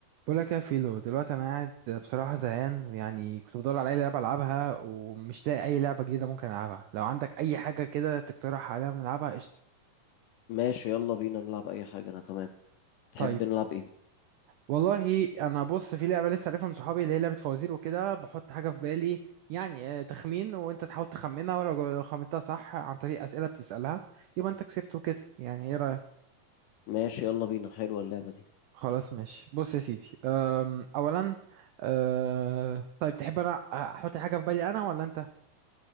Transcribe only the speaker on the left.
ماشي يلا بينا نلعب اي حاجة انا تمام تحب
نلعب ايه
ماشي يلا بينا حلوة اللعبة دي